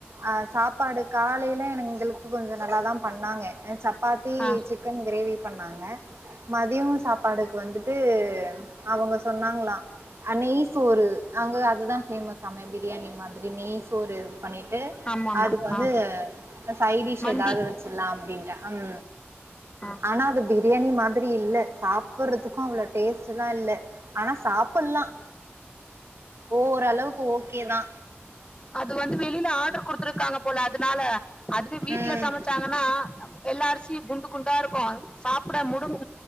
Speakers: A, on the right (about 80°); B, on the left (about 25°).
A: அ சாப்பாடு காலைல எனக்கு கொஞ்சோ நல்லா தா பண்ணாங்க சப்பாத்தி
B: ஆ
A: சிக்கன் கிரேவி பண்ணாங்க மதியோ சாப்பாடுக்கு வந்துட்டு அவுங்க சொன்னாங்களா அ நெய் சோறு அங்க அதுதா ஃபேமஸாமே பிரியாணி மாதிரி நெய் சோறு பண்ணிட்டு
B: ஆமா ஆமா
A: அதுக்கு வந்து
B: ஆ
A: சைடிஷ்
B: மந்தி
A: எதாவது வச்சிரலா அப்டின்ட்டு அம்
B: ஆ
A: ஆனா அது பி பிரியாணி மாதிரி இல்ல சாப்பிட்றதுக்கு அவ்ளோ டேஸ்ட்ட்லா இல்ல ஆனா சாப்பலா ஓரளவுக்கு ஓ கே தா
B: அது வந்து வெளில ஆட்ரு குடுத்துருக்காங்க போல அதனால அதுவே வீட்ல
A: ம்
B: சமைச்சாங்கன்னா எல்லா அரி யு குண்டு குண்டா இருக்கு சாப்பட முழுங்